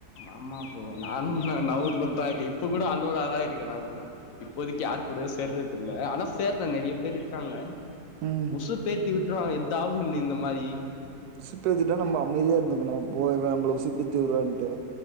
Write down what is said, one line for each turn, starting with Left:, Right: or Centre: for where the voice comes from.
Left: ஆமா ப்ரோ நானும் நவுருனு தாருக்கே இப்ப கூட அல்லோட ஆளா தான் இருக்கேன் நா கூட இப்போதைக்கு யார் கூடயுசேர்றது இல்ல ஆனா சேர்றேன் நிறைய பேர் இருக்காங்க
Right: உம்
Left: உசு பேத்தி விட்டுருவாங்க எதாவ்து ஒண்ணு இந்த மாரி
Right: உசுப்பேத்திட்டா நம்ம அமைதியா இருந்துக்கணு போ இவே நம்மள உசுப்பேத்து விடுறான்ட்டு